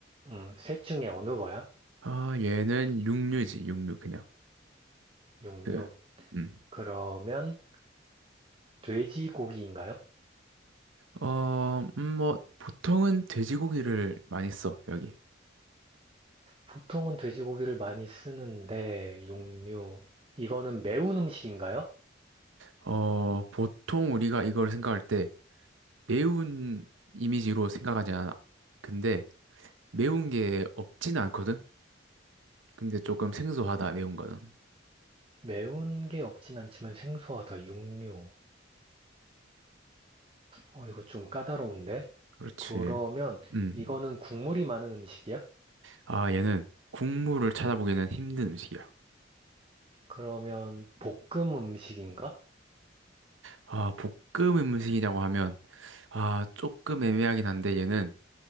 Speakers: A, on the right (about 25°); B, on the right (about 85°).
A: 음, 셋 중에 어느 거야?
B: 아, 얘는 육류지, 육류, 그냥.
A: 육류.
B: 그, 음.
A: 그러면 돼지고기인가요?
B: 어, 음, 뭐, 보통은 돼지고기를 많이 써, 여기.
A: 보통은 돼지고기를 많이 쓰는데, 육류. 이거는 매운 음식인가요?
B: 어, 어, 보통 우리가 이걸 생각할 때 매운 이미지로 생각하지 않아. 근데 매운 게 없지는 않거든? 근데 조금 생소하다, 매운 거는.
A: 매운 게 없진 않지만 생소하다, 육류. 어, 이거 좀 까다로운데?
B: 그렇지.
A: 그러면
B: 음.
A: 이거는 국물이 많은 음식이야?
B: 아, 얘는 국물을 찾아보기는 힘든 음식이야.
A: 그러면 볶음 음식인가?
B: 아, 볶음 음식이라고 하면, 아, 조금 애매하긴 한데 얘는